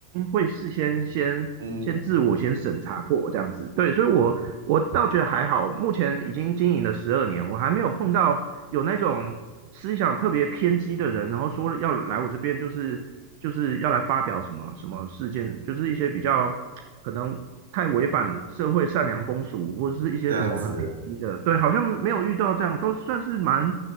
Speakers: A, on the right (about 45°); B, on the right (about 65°).
A: 会事先先先自我先审查过这样子，
B: <laughs> 嗯，
A: 对，所以我我倒觉得还好，目前已经经营了十二年，我还没有碰到有那种思想特别偏激的人，然后说要来我这边就是就是要来发表什么什么事件，就是一些比较可能太违反社会善良风俗，或者是一些什么很偏激的，
B: 这样子
A: 对，好像没有遇到这样，都算是蛮。